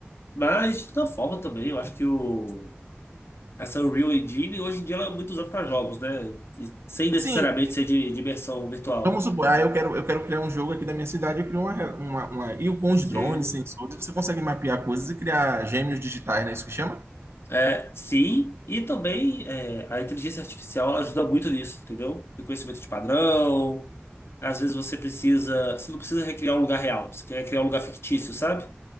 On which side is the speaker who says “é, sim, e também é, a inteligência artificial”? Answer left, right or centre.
Left